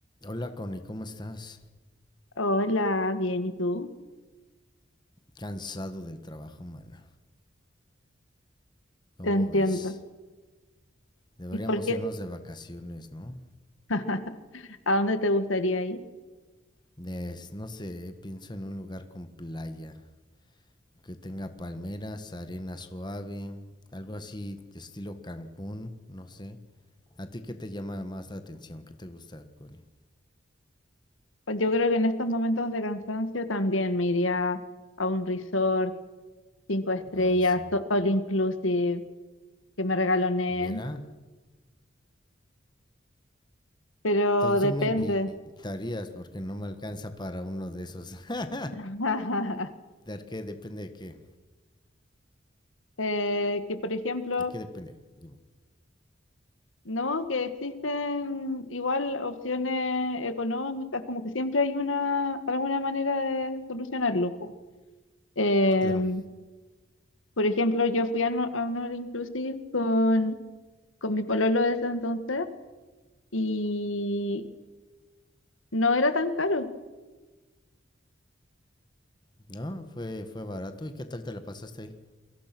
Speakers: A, on the left; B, on the left.
A: Hola Connie, ¿cómo estás?
B: Hola, bien, ¿y tú?
A: Cansado del trabajo, mana. ¿Cómo
B: Te entiendo.
A: ves? Deberíamos
B: ¿Y por qué?
A: irnos de vacaciones, ¿no?
B: <laughs> ¿A dónde te gustaría ir?
A: Des- no sé, pienso en un lugar con playa, que tenga palmeras, arena suave, algo así de estilo Cancún, no sé. ¿A ti qué te llama más la atención? ¿Qué te gusta, Connie?
B: Pues Yo creo que en estos momentos de cansancio también me iría a un resort, cinco estrellas,
A: Ay, sí.
B: to- all inclusive, que me regaloneen,
A: Mira,
B: pero
A: entonces
B: depende.
A: tú me invitarías porque no me alcanza para uno de esos. <laughs>
B: <laughs>
A: ¿De qué depende de qué?
B: Eh, que por ejemplo,
A: ¿De qué depende? Dime.
B: no, que existen igual opciones económicas, como que siempre hay una, alguna manera de solucionarlo. po. Em,
A: Claro.
B: Por ejemplo, yo fui a, no- a un All Inclusive con, con mi pololo de ese entonces y no era tan caro.
A: No, fue, fue barato. ¿Y qué tal te la pasaste ahí?